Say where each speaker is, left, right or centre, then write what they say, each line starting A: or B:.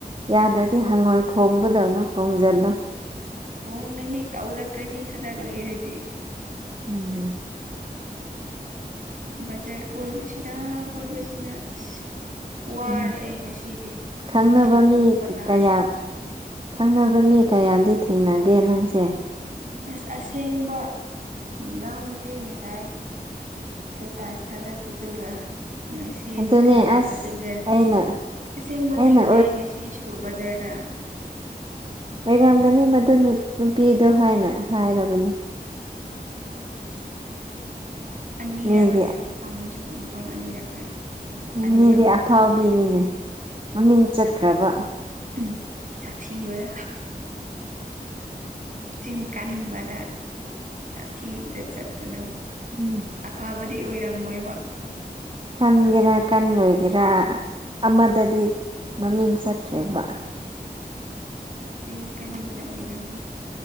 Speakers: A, on the right; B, on the right.
A: ꯌꯥꯗ꯭ꯔꯗꯤ ꯍꯪꯉꯣꯏ ꯈꯣꯡꯕꯗꯧꯅ ꯈꯣꯡꯖꯜꯂꯨ
B: ꯈꯣꯡꯒꯅꯤ ꯇꯧꯔꯛꯀꯅꯤ ꯈꯔ ꯂꯩꯔꯗꯤ
A: ꯎꯝ
B: ꯕꯖꯥꯔ ꯀꯣꯏꯕꯁꯤꯅ ꯀꯣꯏꯕꯁꯤꯅ ꯑꯁ ꯋꯥꯔꯦ
A: ꯎꯝ
B: ꯑꯩ ꯉꯁꯤꯗꯤ
A: ꯈꯪꯅꯕ
B: ꯉꯟꯅꯥ
A: ꯃꯤ
B: ꯇꯨꯝꯕ ꯇꯥꯔꯦ
A: ꯀꯌꯥ ꯈꯪꯅꯕ ꯃꯤ ꯀꯌꯥꯝꯗꯤ ꯊꯦꯡꯅꯒꯦ ꯅꯪꯁꯦ
B: ꯑꯁ ꯑꯁꯦꯡꯕꯅꯥꯎ ꯅꯨꯄꯤ ꯉꯁꯥꯏ ꯏꯁꯇꯦꯇꯁ ꯊꯥꯒꯠꯄꯗꯨꯒ ꯉꯁꯤ
A: ꯑꯗꯨꯅꯦ
B: ꯑꯃꯨꯛ ꯊꯦꯡꯅꯕꯗꯨꯒ
A: ꯑꯁ ꯑꯩꯅ
B: ꯑꯁꯦꯡꯕ
A: ꯑꯩꯅ
B: ꯊꯦꯡꯅꯩ ꯉꯁꯤꯁꯨ ꯕꯖꯥꯔꯗ
A: ꯂꯩꯔꯝꯒꯅꯤ ꯃꯗꯨ ꯅꯨꯄꯤꯗꯣ ꯍꯥꯏꯅ ꯍꯥꯏꯔꯕꯅꯦ
B: ꯑꯅꯤꯔꯛꯅꯤ
A: ꯃꯤꯗꯤ
B: ꯃꯐꯝꯁꯨ ꯃꯐꯝ ꯑꯅꯤꯔꯛꯇ ꯃꯤ ꯑꯅꯤ
A: ꯃꯤꯗꯤ
B: ꯑꯍꯨꯝ
A: ꯑꯐꯥꯎꯕꯤꯅꯤꯅꯦ
B: ꯊꯦꯡꯅꯔꯦ
A: ꯃꯃꯤꯡ ꯆꯠꯈ꯭ꯔꯕ
B: ꯎꯝ ꯁꯥꯊꯤꯕꯗ
A: <inaudible>
B: ꯆꯤꯟ ꯀꯟꯕꯗ ꯁꯥꯊꯤꯕꯗ ꯆꯠꯄꯗꯣ
A: ꯎꯝ
B: ꯑꯐꯕꯗꯤ ꯑꯣꯏꯔꯝꯃꯣꯏꯕ
A: ꯀꯟꯒꯦꯔꯥ ꯀꯟꯂꯣꯏꯒꯦꯔꯥ ꯑꯃꯗꯗꯤ ꯃꯃꯤꯡ ꯆꯠꯈ꯭ꯔꯦꯕ
B: ꯆꯤꯟ ꯀꯟꯕꯗ ꯑꯣꯏꯔꯝꯅꯤ